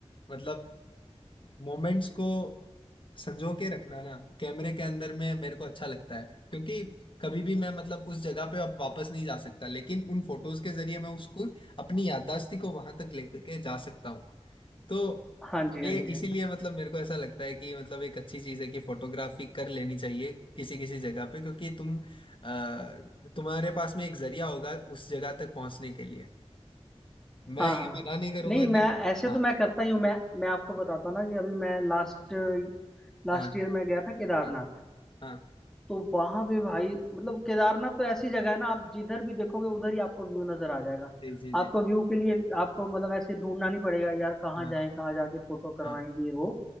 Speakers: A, on the left; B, in the centre.
A: मतलब मोमेंट्स को संजो के रखना ना कैमरे के अंदर में मेरे को अच्छा लगता है क्योंकि कभी भी मैं मतलब उस जगह पे अब वापस नहीं जा सकता लेकिन उन फोटोज के जरिए मैं उसको अपनी याददाश्ती को वहां तक लेकर के जा सकता हूँ तो
B: हाँ जी हाँ
A: ये
B: जी
A: इसीलिए
B: हाँ जी
A: मतलब मेरे को ऐसा लगता है कि मतलब एक अच्छी चीज है कि फोटोग्राफी कर लेनी चाहिए किसी किसी जगह पे क्योंकि तुम अ, तुम्हारे पास में एक जरिया होगा उस जगह तक पहुंचने के लिए मैं
B: हाँ
A: ये
B: हाँ
A: मना
B: हाँ
A: नहीं करूंगा
B: नहीं मैं
A: कि
B: ऐसे
A: हाँ
B: तो मैं करता ही हूँ मैं मैं आपको बताता हूँ ना कि अभी मैं लास्ट लास्ट
A: हाँ
B: ईयर मैं गया था केदारनाथ
A: हाँ हाँ
B: तो वहां पे भाई मतलब केदारनाथ तो ऐसी जगह है ना आप जिधर भी देखोगे उधर ही आपको व्यू नजर आ जाएगा
A: जी जी
B: आपको
A: जी
B: व्यू के लिए आपको मतलब ऐसे ढूंढना नहीं पड़ेगा यार कहाँ
A: हाँ
B: जाएं कहाँ जाके फोटो करवाएं
A: हाँ
B: ये वो